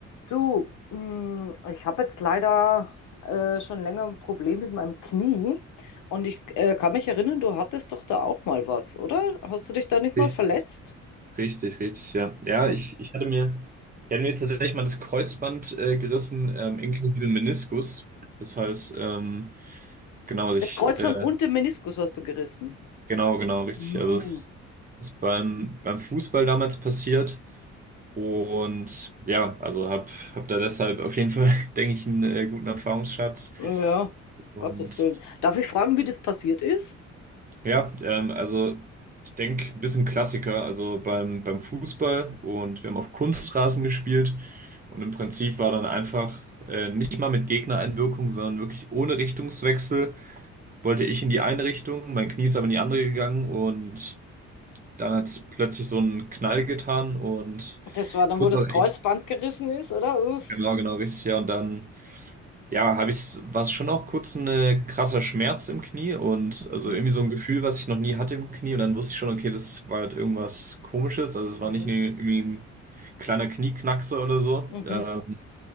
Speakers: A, on the left (about 85°); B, on the right (about 30°).
A: Du, mh, ich habe jetzt leider äh, schon länger ein Problem mit meinem Knie und ich äh, kann mich erinnern, du hattest doch da auch mal was, oder? Hast du dich da nicht
B: Richtig,
A: mal verletzt?
B: richtig, richtig, ja. Ja,
A: Was?
B: ich, ich hatte mir, ich hatte mir tatsächlich mal das Kreuzband äh, gerissen, ähm, inklusive Meniskus. Das heißt, ähm, genau, also
A: Das
B: ich,
A: Kreuzband
B: äh,
A: und den Meniskus hast du gerissen.
B: genau, genau, richtig.
A: Hm,
B: Also es ist beim, beim Fußball damals passiert. Und ja, also hab, hab da deshalb auf jeden Fall, <laughs> denke ich, einen äh, guten Erfahrungsschatz.
A: ja,
B: Und
A: Gottes Willen. Darf ich fragen, wie das passiert ist?
B: Ja, ähm, also ich denke, ein bisschen Klassiker, also beim, beim Fußball und wir haben auf Kunstrasen gespielt und im Prinzip war dann einfach äh, nicht mal mit Gegnereinwirkung, sondern wirklich ohne Richtungswechsel wollte ich in die eine Richtung, mein Knie ist aber in die andere gegangen und dann hat es plötzlich so einen Knall getan und
A: Das war dann,
B: kurz
A: wo das
B: nach,
A: Kreuzband
B: ich,
A: gerissen ist, oder? Uff.
B: genau, genau, richtig, ja, und dann ja, habe ich, war es schon auch kurz ein krasser Schmerz im Knie und
A: Mhm,
B: also irgendwie so ein Gefühl, was ich noch nie hatte im Knie. Und dann wusste ich schon, okay, das war halt irgendwas Komisches. Also es
A: mhm,
B: war nicht nur irgendwie ein kleiner Knieknackser oder so.
A: mhm.
B: Ähm,